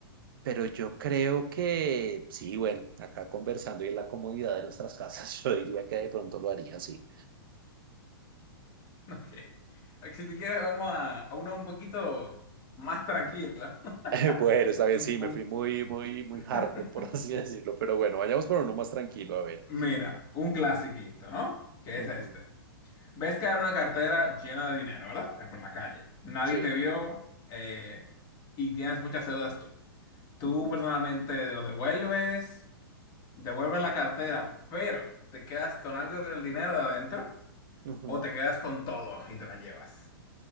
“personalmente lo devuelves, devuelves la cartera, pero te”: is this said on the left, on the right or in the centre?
Left